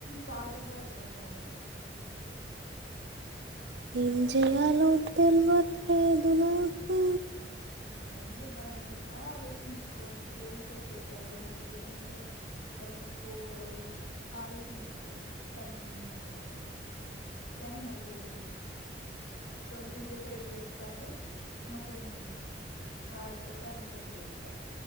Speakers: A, on the left; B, on the right.
A: పాట పాడుతున్నవే
B: ఏం జేయాలో తెల్వట్లేదు నాకు
A: ఏం జేద్దాం అనుకుంటున్నావో ఆలోచించుకో నీకు ఏది సెట్ అయితది నువ్వు దేంట్లో కరిగిపోగలవు ఆలోచించుకో టైం ఉంది ఇంకా ఇట్లనే మరీ లేట్ జేస్ ఒకవేళ ఫిజియోథెరపీ చేస్తా అంటే మా ఫ్రెండ్ ఉండు వాడితోటి అన్ని సెట్ జేయిస్తా